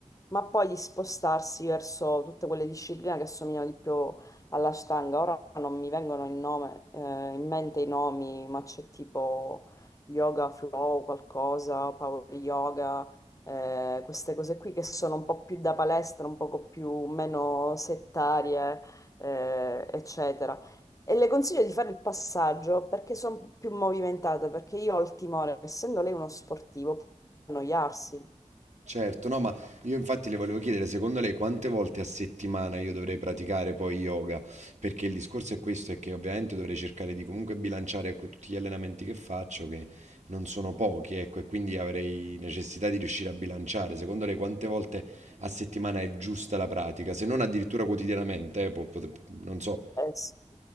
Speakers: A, on the left; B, on the right.
A: ma poi di spostarsi verso tutte quelle discipline che assomigliano di più all'Ashtanga. Ora non mi vengono in, nome- eh, in mente i nomi, ma c'è tipo yoga flow, qualcosa, power yoga, eh, queste cose qui che sono un po' più da palestra, un poco più meno settarie, eh, eccetera. E le consiglio di fare il passaggio perché sono più movimentate, perché io ho il timore, essendo lei uno sportivo, può annoiarsi.
B: Certo, no, ma io infatti le volevo chiedere, secondo lei quante volte a settimana io dovrei praticare poi yoga? Perché il discorso è questo, è che ovviamente dovrei cercare di comunque bilanciare con tutti gli allenamenti che faccio, che non sono pochi, ecco, e quindi avrei necessità di riuscire a bilanciare. Secondo lei quante volte a settimana è giusta la pratica? Se non addirittura quotidianamente, eh, po- pot- non so.
A: Eh, s-